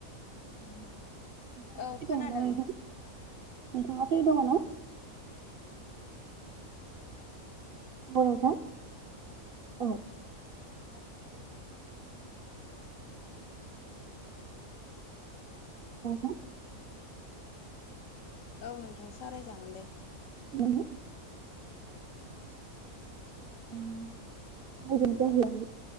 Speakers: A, on the right (about 50°); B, on the left (about 70°).
A: <unintelligible>
B: औ खोनादों
A: दं ना नोंथां नोंथाङा फ्रि दङना औ नोंथां औ <unintelligible>
B: औ नोंथां सावरायजागोन दे
A: <unintelligible> <unintelligible> नोंथांमोननि